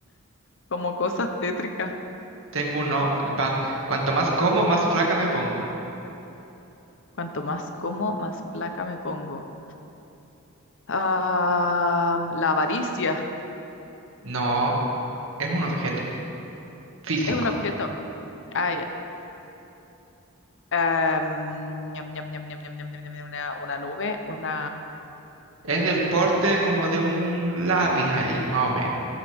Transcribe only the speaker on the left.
como cosas tétricas.
Cuanto más como, más placa me pongo. Ah, la avaricia
es un objeto. Ah, ya. Em, ñam, ñam, ñam, ñam, ñam, ñam, ñam, ñam, ñam, una, una nube, una...